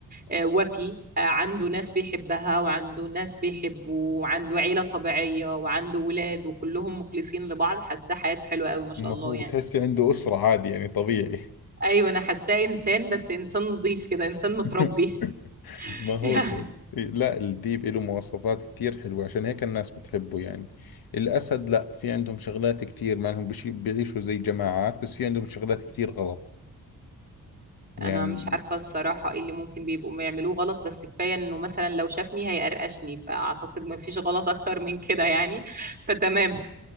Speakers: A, on the right; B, on the left.
A: آه، وفي آه، عنده ناس بيحبها وعنده ناس بيحبوه وعنده عيله طبيعيه وعنده ولاد وكلهم مخلصين لبعض حاسه حياته حلوه قوي ما شاء
B: ما
A: الله
B: هو
A: يعني
B: بتحسي عنده أسرة عادي يعني طبيعي
A: ايوه انا حاساه انسان بس انسان نظيف كده انسان
B: <laughs>
A: متربي <laughs>
B: ما هو
A: يعني
B: كده لا الديب له مواصفات كتير حلوة عشان هيك الناس بتحبه يعني الأسد لا في عندهم شغلات كتير ما لهم بشي بيعيشوا زي جماعات بس في عندهم شغلات كتير غلط يعني
A: انا مش عارفه الصراحه ايه اللي ممكن بيبقوا بيعملوه غلط بس كفايه انه مثلا لو شافني هيقرقشني فاعتقد ما فيش غلط اكتر من كده يعني فتمام